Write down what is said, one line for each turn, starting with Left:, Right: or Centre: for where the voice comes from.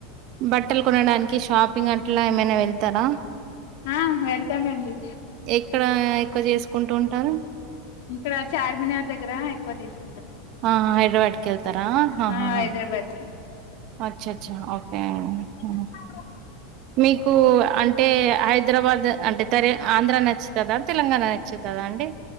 Right: బట్టలు కొనడానికి షాపింగ్ అట్లా ఏమైనా వెళ్తారా
Left: ఆ వెళ్తామండి
Right: ఎక్కడ ఎక్కువ చేసుకుంటూ ఉంటారు
Left: ఇక్కడ చార్మినార్ దగ్గర ఎక్కువ తీసుకు
Right: ఆ హైదరాబాద్కిళ్తారా అహ
Left: ఆ
Right: హ
Left: హైదరాబాద్ కి
Right: అచ్చచ్చ ఓకే హుహు.
Left: హ
Right: మీకు అంటే హైదరాబాద్ అంటే తరే ఆంధ్ర నచ్చి కదా తెలంగాణ నచ్చి కదా అండి